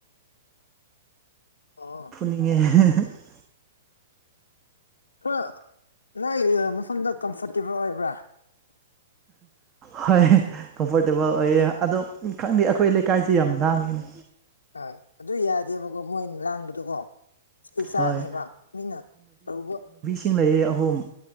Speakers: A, on the left (about 75°); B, on the right (about 25°).
A: ꯑꯥ
B: <unintelligible>
A: ꯈꯔ ꯅꯣꯏ ꯃꯐꯝꯗ ꯀꯝꯐꯣꯔꯇꯦꯕꯜ ꯑꯣꯏꯕ꯭ꯔꯥ
B: ꯍꯣꯏ ꯀꯝꯐꯣꯔꯇꯦꯕꯜ ꯑꯣꯏꯌꯦ ꯑꯗꯣ ꯈꯪꯗꯦ ꯑꯩꯈꯣꯏ ꯂꯩꯀꯥꯏꯁꯤ ꯌꯥꯝ ꯂꯥꯡꯉꯤꯅꯤ
A: ꯑꯣꯏ ꯑꯗꯨ ꯌꯥꯗꯦꯕꯀꯣ ꯃꯣꯏꯅ ꯂꯥꯡꯕꯗꯣꯀꯣ ꯆꯍꯤ ꯆꯆꯥꯅꯦꯕ
B: ꯍꯣꯏ
A: ꯃꯤꯠꯅ ꯑꯔꯨꯕ
B: ꯏꯤꯡꯅꯩꯌꯦ ꯑꯍꯨꯝ